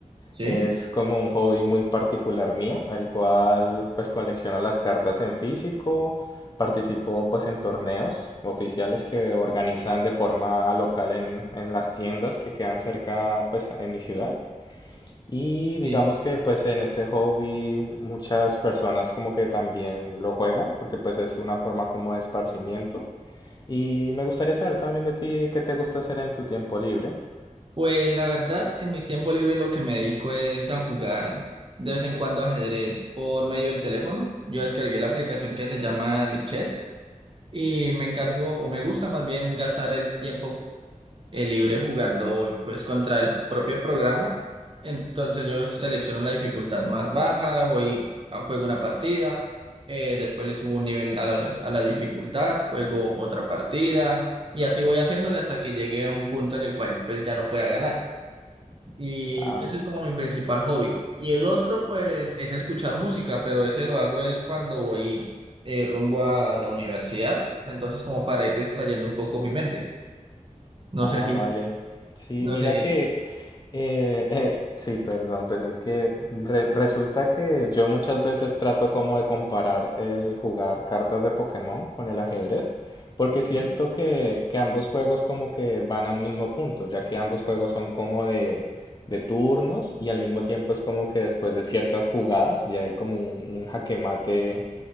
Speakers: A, on the right; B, on the left.
A: ¿Sí?
B: Es como un hobby muy particular mío, el cual pues colecciono las cartas en físico, participo pues en torneos oficiales que organizan de forma local en, en las tiendas que quedan cerca pues en mi ciudad. Y digamos
A: Sí.
B: que pues en este hobby muchas personas como que también lo juegan, porque pues es una forma como de esparcimiento. Y me gustaría saber también de ti qué te gusta hacer en tu tiempo libre.
A: Pues la verdad, en mis tiempos libres lo que me dedico es a jugar de vez en cuando ajedrez por medio del teléfono. Yo descargué la aplicación que se llama Lichess y me encargo, o me gusta más bien gastar el tiempo el libre jugando pues contra el propio programa. Entonces yo selecciono la dificultad más baja, voy a juego una partida, eh, después le subo un nivel a la, a la dificultad, juego otra partida y así voy haciéndole hasta que llegue a un punto en el cual pues ya no pueda ganar. Y
B: Ah,
A: ese es como mi principal hobby. Y el otro pues es escuchar música, pero ese lo hago es cuando voy eh, rumbo a la universidad, entonces como para ir distrayendo un poco mi mente. No
B: Ah,
A: sé si
B: vale. Sí,
A: no
B: mira
A: sé.
B: que...
A: ¿eh?
B: eh, eh, sí, perdón, pues es que re- resulta que yo muchas veces trato como de comparar el jugar cartas de Pokémon con el ajedrez, porque es cierto
A: ¿sí?
B: que, que ambos juegos como que van a un mismo punto, ya que ambos juegos son como de, de turnos y al mismo tiempo es como que después de ciertas jugadas ya hay como un, un jaque mate